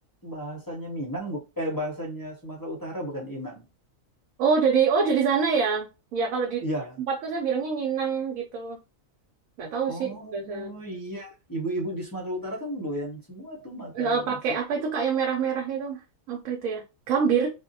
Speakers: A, on the left; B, on the right.
A: bahasanya Minang bu eh bahasanya Sumatera Utara bukan inang
B: Oh dari oh dari sana ya. Ya kalau di
A: iya
B: tempatku saya bilangnya Minang gitu. Nggak tahu
A: oh
B: sih bahasa.
A: iya ibu-ibu di Sumatera Utara kan doyan semua tuh makan
B: Eh, pakai
A: siri
B: apa itu kak yang merah-merah itu? Apa itu ya? Gambir.